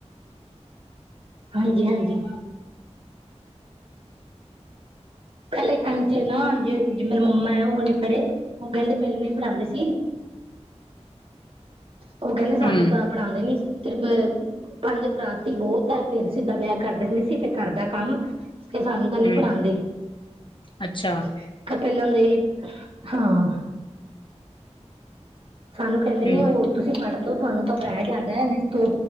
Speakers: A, on the right; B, on the left.
A: ਹਾਂਜੀ, ਹਾਂਜੀ। ਪਹਿਲੇ ਟਾਈਮ ਚ ਨਾ ਜੇ ਮੇਰੇ ਮੰਮਾ ਐ, ਉਹ ਨੀ ਪੜ੍ਹੇ ਉਹ ਕੈਂਦੇ ਪਹਿਲੇ ਨਈਂ ਪੜਾਂਦੇ ਸੀ। ਉਹ ਕੈਂਦੇ ਸਾਨੂੰ
B: ਹਮ
A: ਤਾਂ ਪੜ੍ਹਾਂਦੇ ਨੀ ਸੀ, ਸਿਰਫ ਅ ਪੰਜ ਕਰਾਤੀ ਬੋਤ ਐ, ਫੇਰ ਸਿੱਧਾ ਵਿਆਹ ਕਰਦੇ ਹੁੰਦੇ ਸੀ ਫਿਰ ਘਰ ਦਾ ਕੰਮ ਤੇ ਸਾਨੂੰ ਤਾਂ
B: ਹਮ
A: ਨਈਂ ਪੜਾਂਦੇ।
B: ਅੱਛਾ
A: ਕੇ ਪਹਿਲਾਂ ਦੇ ਈ, ਹਾਂ। ਸਾਨੂੰ ਕੈਂਦੇ ਨੇ
B: ਹਮ
A: ਉਹ ਤੁਸੀਂ ਪੜ੍ਹ ਲਓ, ਤੁਹਾਨੂੰ ਤਾਂ ਪੈ ਜਾਂਦਾ ਨਈਂ ਤੋ